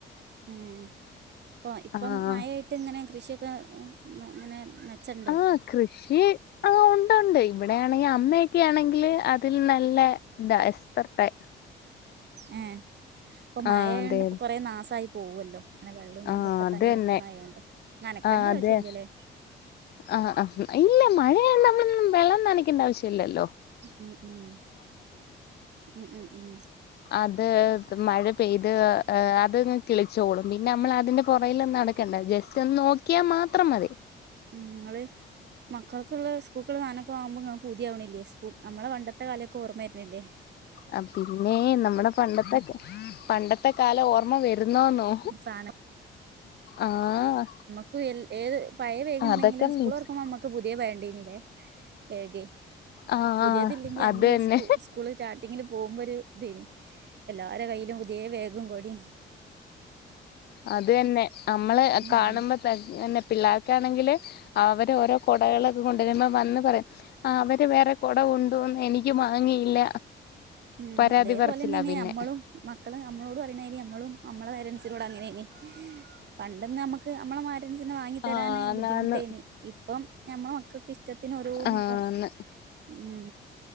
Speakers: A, on the right; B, on the left.
A: ഉം ഇപ്പം ഇപ്പം
B: ആ
A: മയേ ട്ടിങ്ങനെ കൃഷിയൊക്കെ എഹ് മെ ഇങ്ങനെ മെച്ചെണ്ടോ
B: ആഹ് കൃഷി ആഹ് ഒണ്ടൊണ്ട് ഇവിടെയാണെങ്കി അമ്മയൊക്കെ ആണെങ്കില് അതിൽ നല്ല ഇതാ എക്സ്പെർട്ടായി
A: ഏഹ് ഇപ്പം മഴയായോണ്ട്
B: ആഹ് അതെ
A: ഇപ്പ കൊറെ നാസായി പോവല്ലോ ഇങ്ങനെ വെള്ളോം
B: ആഹ്
A: ഇതൊക്കെ
B: അത്
A: തങ്ങി
B: തന്നെ
A: നിക്കണ ആയോണ്ട് നനക്കണ്ട
B: ആഹ് അതെ
A: ആവശ്യം ഇല്ല്യാല്ലേ
B: ആഹ് ആഹ് ഇല്ല മഴയായോണ്ട് നമ്മളൊന്നും വെള്ളം നനക്കണ്ട ആവശ്യവില്ലല്ലോ
A: ഉം ഉം ഉം ഉം ഉം
B: അത് മഴ പെയ്ത് അഹ് അതങ്ങ് കിളിച്ചോളും പിന്നെ നമ്മളതിന്റെ പുറകിലൊന്നും നട ക്കണ്ട ജസ്റ്റ് ഒന്ന് നോക്കിയാ മാത്രം മതി
A: ഉം നിങ്ങള് മക്കൾ‌ക്കിള്ള സ്കൂക്കള് സാനൊക്കെ വാങ്ങുമ്പോ ഇങ്ങക്ക് കൊതിയാവണില്ലേ സ്കൂ നമ്മളെ പണ്ടത്തെ കാലൊക്കെ ഓർമ്മ വരണില്ലേ
B: ആഹ് പിന്നേ നമ്മടെ പണ്ടത്തെ പണ്ടത്തെ കാലം ഓർമ്മ വ രുന്നോന്നോ
A: സാധനം
B: ആഹ്
A: ക്കു എൽ ഏത് പഴേ ബേഗ് ഇണ്ടെങ്കിലും
B: അതൊക്കെ
A: സ്കൂൾ
B: മിസ്
A: തൊറക്കുമ്പോ നമ്മക്ക് പുതിയ വേണ്ടീനില്ലേ ബേഗ്
B: ആഹ്
A: പുതിയതില്ലെങ്കി അന്ന്
B: അത് തന്നെ
A: സ്കൂ സ് കൂളില് സ്റ്റാർട്ടിങ്ങില് പോകുമ്പോ ഒരു ഇതെയ്‌നി എല്ലാര കയ്യിലും പുതിയ ബേഗും കൊടേം
B: അതന്നെ നമ്മള്
A: ഉം
B: കാണുമ്പ തന്നെ പിള്ളേർക്കാണെങ്കില് അവര് ഓരോ കുടകളൊക്കെ കൊണ്ടുവരുമ്പ വന്ന് പറയും ആഹ് അവര് വേറെ കുട കൊണ്ട് വന്ന് എനിക്ക് വാങ്ങിയില്ല
A: ഉം
B: പരാതി
A: അതേപോലെന്നേണ്
B: പറച്ചില്ല പിന്നെ
A: ഞമ്മളും മക്കള് നമ്മളോട് പറയണായി നമ്മളും നമ്മളെ പേരൻസിനോട് അങ്ങനേനി പണ്ടന്ന് നമ്മുക്ക് നമ്മളെ മാ പേരന്റ്സിന് വാങ്ങി തരാന്
B: ആന്നാന്ന്
A: ബുദ്ധിമുട്ടേനി ഇപ്പം ഞമ്മടെ മക്കക്ക് ഇഷ്ട്ട ത്തിനോരോന്നിപ്പം
B: ആന്ന്
A: ഉം